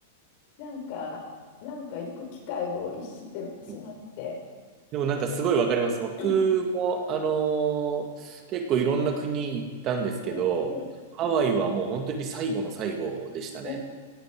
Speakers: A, on the left; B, on the right.
A: なんか、なんか行く機会を逸してしまって。
B: うんでもなんかすごいわかります。
A: <clears throat>
B: 僕も、
A: は
B: あのー結構いろんな国行ったんですけど、
A: い、はい。
B: ハワイはもう本当に最後の最後でしたね。
A: おー